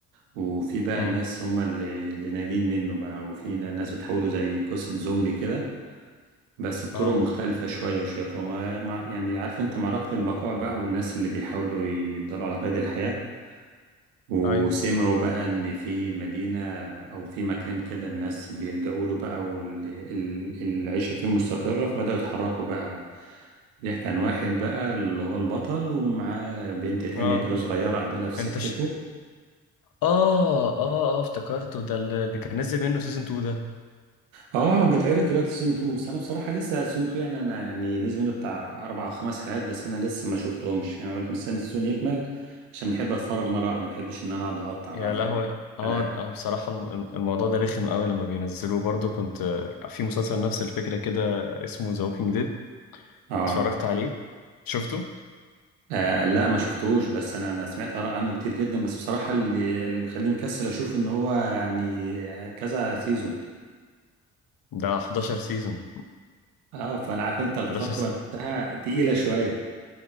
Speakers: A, on the right (about 80°); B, on the left (about 60°).
A: وفي بقى
B: امم
A: الناس هم اللي, اللي ناجين منه بقى وفي ناس بتحولوا زي قصة زومبي كده بس بطرق
B: اه
A: مختلفة شوية وشيقة وما- مع- يعني عارف انت معركة البقاء بقى والناس اللي بيحاولوا يفضلوا على قيد الحياة وسمعوا
B: ايوه
A: بقى ان في مدينة او في مكان كده الناس بيلجأوا له بقى والعيشة فيه مستقرة فبدأوا يتحركوا بقى بيحكي عن واحد بقى اللي هو البطل ومعاه بنت تانية
B: اه
A: كده صغيرة قابلها في سكته
B: انت ش... اه اه اه افتكرته ده اللي اللي كان نزل منه سيزون 2 ده
A: اه بتعرض دلوقتي سيزون 2 بس انا بصراحة لسه سيزون 2 يعني انا يعني نزل منه بتاع اربع او خمس حلقات بس انا لسه ما شفتهمش يعني قلت مستني السيزون يكمل عشان بحب اتفرج مرة واحدة ما بحبش ان انا اقعد اقطع
B: يا
A: بقى في
B: لهوي اه
A: الحلقات
B: اه بصراحة الم- الم- الموضوع ده رخم قوي لما بينزلوه برضو كنت آه، في مسلسل نفس الفكرة كده اسمه ذا ووكينج ديد
A: اه
B: اتفرجت عليه شفته؟
A: آه لا ما شفتهوش بس انا انا سمعت اراء عنه كتير جدا بس بصراحه اللي اللي مخليني مكسل اشوف ان هو يعني آه، كذا سيزون
B: ده 11 سيزون
A: اه فانا عارف انت الخطوه
B: 11
A: نفسها تقيله شويه